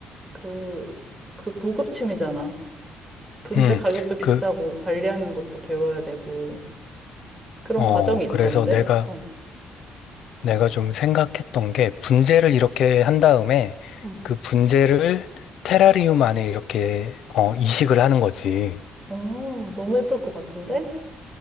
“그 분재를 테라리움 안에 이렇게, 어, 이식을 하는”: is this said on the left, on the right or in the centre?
Left